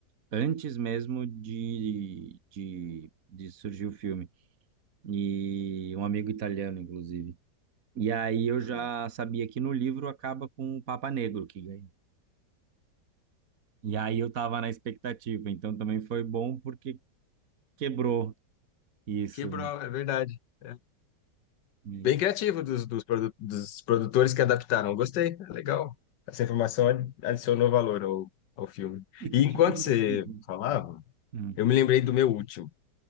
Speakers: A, on the right; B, on the left.
A: antes mesmo de, de, de surgir o filme. E um amigo italiano, inclusive. E aí eu
B: Hum.
A: já sabia que no livro acaba com o Papa Negro que ganha. E aí eu tava na expectativa, então também foi bom porque quebrou isso,
B: Quebrou,
A: né?
B: é verdade. É.
A: É Isso.
B: Bem criativo dos, dos, produ- dos produtores que adaptaram. Gostei, é legal. Essa informação ad- adicionou valor ao, ao filme.
A: E
B: E
A: que
B: enquanto
A: tipo de
B: você
A: filme?
B: falava,
A: Hum,
B: eu me lembrei do meu último.